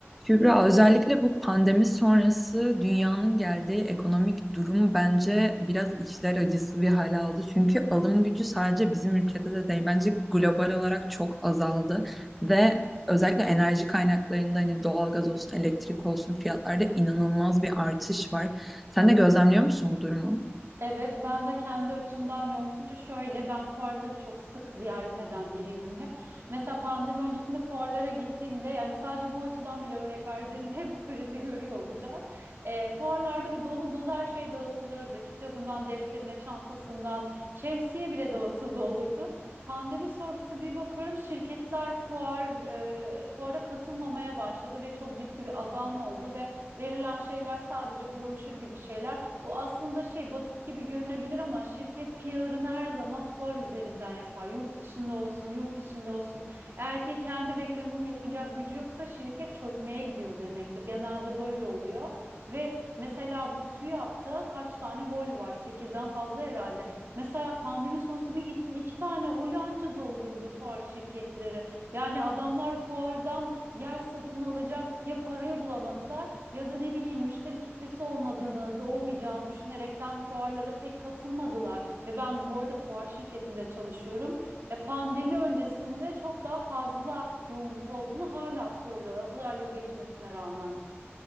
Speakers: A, in the centre; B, on the right.
A: Kübra, özellikle bu pandemi sonrası dünyanın geldiği ekonomik durum bence biraz içler acısı bir hale aldı. Çünkü alım gücü sadece bizim ülkede de değil, bence global olarak çok azaldı. Ve özellikle enerji kaynaklarında hani doğalgaz olsun, elektrik olsun fiyatlarda inanılmaz bir artış var. Sen de gözlemliyor musun bu durumu?
B: Evet, ben de kendi açımdan yontunca şöyle, ben fuarları çok sık ziyaret eden biriydim hep. Mesela pandemi öncesinde fuarlara gittiğimde, yani sadece bu açıdan bile örnek verdiğimde <laughs> bu krizi görüyor olacağız. Ee, fuarlarda bir dolu dolu her şey dağıtılırdı. Kitabından, defterine, çantasından, şemsiye bile dağıtıldı olurdu. Pandemi sonrası bir bakıyorum şirketler fuar e, fuara katılmamaya başladı ve çok ciddi bir azalma oldu ve verilen şeyler sadece broşür gibi şeyler. Bu aslında şey basit gibi görünebilir ama şirket PR'ını her zaman fuar üzerinden yapar. Yurt dışında olsun, yurt içinde olsun. Eğer ki kendi reklamını yapacak gücü yoksa şirket çökmeye gidiyor demektir. Genelde böyle oluyor. Ve mesela bu TÜYAP'ta kaç tane hol var? Sekizden fazla herhalde. Mesela pandemi sonrası bir gittim iki tane holü anca doldurdu fuar şirketleri. Yani adamlar fuardan yer satın alacak ya parayı bulamadılar ya da ne bileyim müşteri kitlesi olmadığını, olmayacağını düşünerekten fuarlara pek katılmadılar. Ve ben bu arada fuar şirketinde çalışıyorum. Ya pandemi öncesinde çok daha fazla yoğunluk olduğunu hala söylüyorlar. O kadar yıl geçmesine rağmen.